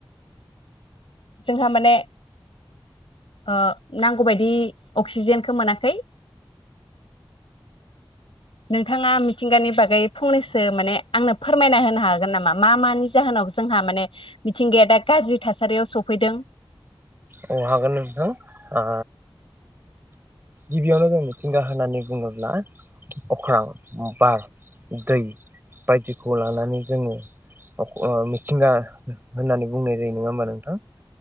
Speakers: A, on the left; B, on the right.
A: जोंहा माने ओ नांगौ बादि अक्सिजेन खो मोनाखै नोंथाङा मिथिंगानि बागै फंनैसो माने आंनो फोरमायना होनो हागोन नामा? मा मानि जाहोनाव जोंहा माने मिथिंगाया दा गाज्रि थासारियाव सफैदों
B: अ हागोन नोंथां आ गिबियावनो जों मिथिंगा होननानै बुङोब्ला अख्रां बार दै बायदिखौ लानानै जोङो अ मिथिंगा होननानै बुंनाय जायो नङा होमबा नोंथां